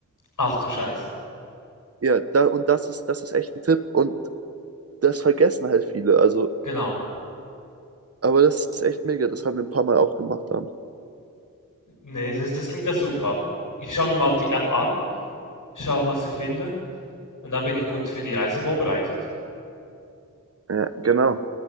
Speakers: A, on the left; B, on the right.
A: Ach du Scheiße.
B: Ja, da, und das ist, das ist echt ein Tipp und das vergessen halt viele. Also,
A: Genau.
B: aber das ist echt mega. Das haben wir ein paar Mal auch gemacht dann.
A: Ne, das das klingt ja super. Ich schaue mir mal die App an, schaue, was ich finde und dann bin ich gut für die Reise vorbereitet.
B: Ja, genau.